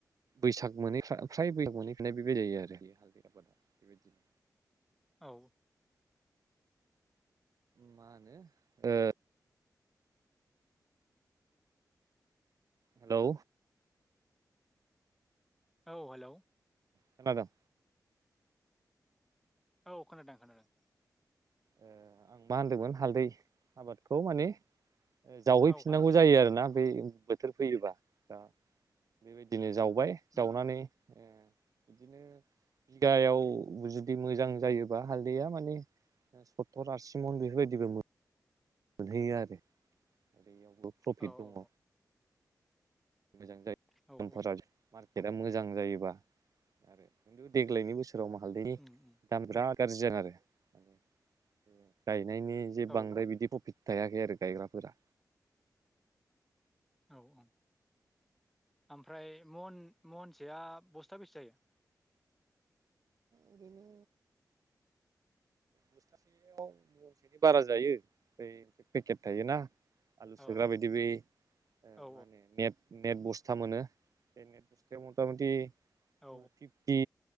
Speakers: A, on the right; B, in the centre.
A: बैसाग मोनहैफ फ्राय बैसाग मोनै फिनाय बेबायदि जायो आरो बे हालदै आबादा बेबायदिनो
B: औ
A: मा होनो ओ हेलौ
B: औ हेल'
A: खोनादों
B: औ खोनादों- खोनादों
A: ओ आं मा होनदोंमोन हालदै आबादखौ माने जावहैफिननांगौ
B: औ हालदै
A: जायो आरो ना बे बोथोर फैयोबा दा बेबायदिनो जाव जावबाय जावनानै
B: उम उम
A: ओं बिदिनो बिगायाव जुदि मोजां जायोबा हालदैया माने सत्तुर आरसि मन बेफोरबायदिबो मोनो मोनहैयो आरो आरो इयावबो प्रफिट
B: औ
A: दङ
B: औ
A: मोजां जायोफोरा
B: औ औ
A: मार्केटआ मोजां जायोबा आरो खिन्थु देग्लायनि बोसोराव सोरोेराव म हालदैनि
B: उम उम
A: दाम बिराद गाज्रि जादों आरो जायो गायनायनि जे
B: औ
A: बांद्राय बिदि प्रफिट थायाखै आरो गायग्राफोरा
B: औ - औ ओमफ्राय मन महनसेया बस्था बेसे जायो
A: ओरैनो बस्थासेयाव महनसेनि बारा जायो से पेकेट थायोना आलु
B: औ
A: सोग्रा बायदि बै
B: औ
A: मा होनो नेट नेट बस्था मोनो बे नेट बस्थायाव मथा मथि
B: औ
A: फिफटि